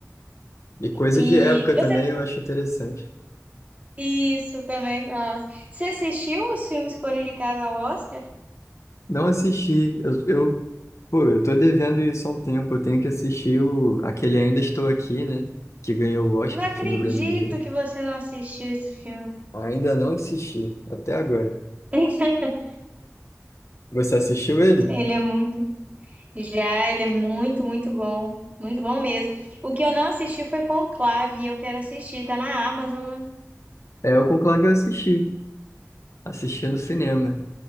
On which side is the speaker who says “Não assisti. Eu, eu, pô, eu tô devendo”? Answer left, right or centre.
Left